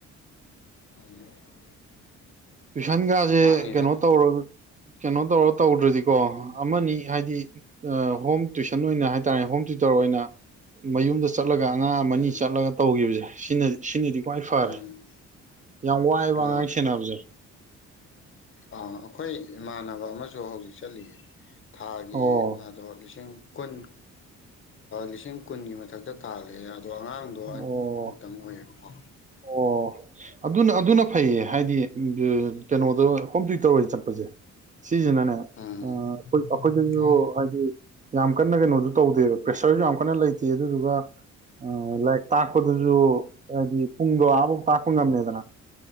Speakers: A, on the left; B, on the right.
A: <unintelligible>
B: ꯇꯨꯏꯁꯟꯒꯖꯦ
A: ꯋꯥꯅꯤꯗ
B: ꯀꯩꯅꯣ ꯇꯧꯔꯒ ꯀꯩꯅꯣ ꯇꯧꯔ ꯇꯧꯗ꯭ꯔꯗꯤꯀꯣ ꯑꯃꯅꯤ ꯍꯥꯏꯗꯤ ꯍꯣꯝ ꯇ꯭ꯋꯁꯟ ꯑꯣꯏꯅ ꯍꯥꯏꯇꯥꯔꯦ ꯍꯣꯝ ꯇ꯭ꯌꯨꯇꯔ ꯑꯣꯏꯅ ꯃꯌꯨꯝꯗ ꯆꯠ ꯆꯠꯂꯒ ꯑꯉꯥꯡ
A: ꯎꯝ
B: ꯑꯅꯤ ꯆꯠꯂꯒ ꯇꯧꯈꯤꯕꯖꯦ ꯁꯤꯅ ꯁꯤꯅꯗꯤ ꯈꯋ꯭ꯥꯏ ꯐꯔꯦ
A: ꯎꯝ
B: ꯌꯥꯝ ꯋꯥꯏꯌꯦꯕꯥ
A: ꯑꯥ
B: <unintelligible> ꯁꯦꯅꯕꯖꯦ
A: ꯑꯥ ꯑꯩꯈꯣꯏ ꯏꯃꯥꯟꯅꯕ ꯑꯃꯁꯨ ꯍꯧꯖꯤꯛ ꯆꯠꯂꯤꯌꯦ ꯊꯥꯒꯤ
B: ꯑꯣ
A: ꯃꯥꯗꯣ ꯂꯤꯁꯤꯡ ꯀꯨꯟ ꯂꯤꯁꯤꯡ ꯀꯨꯟꯒꯤ ꯃꯊꯛꯇ ꯇꯥꯜꯂꯦ ꯑꯗꯣ ꯑꯉꯥꯡꯗꯣ ꯑꯅꯤꯃꯨꯛꯇꯪ
B: ꯑꯣ
A: ꯑꯣꯏꯌꯦꯕꯀꯣ
B: ꯑꯣ ꯑꯗꯨꯅ ꯑꯗꯨꯅ ꯐꯩꯌꯦ ꯍꯥꯏꯗꯤ ꯀꯩꯅꯣꯗ ꯍꯣꯝ ꯇꯨꯏꯇꯔ ꯑꯣꯏꯅ ꯆꯠꯄꯁꯦ ꯁꯤꯁꯤꯅꯅꯦ ꯑꯩ
A: ꯎꯝ
B: ꯑꯩꯈꯣꯏꯗꯁꯨ
A: ꯍꯣꯏ
B: ꯍꯥꯏꯗꯤ ꯌꯥꯝ ꯀꯟꯅ ꯀꯩꯅꯣꯁꯨ ꯇꯧꯗꯦꯕ ꯄ꯭ꯔꯦꯁꯔꯁꯨ ꯌꯥꯝ ꯀꯟꯅ ꯂꯩꯇꯦ ꯑꯗꯨꯗꯨꯒ ꯑꯥ ꯂꯥꯏꯔꯤꯛ ꯇꯥꯛꯄꯗꯨꯁꯨ ꯍꯥꯏꯗꯤ ꯄꯨꯡꯗꯣ ꯑꯥꯕꯨꯛ ꯇꯥꯛꯄ ꯉꯝꯃꯦꯗꯅ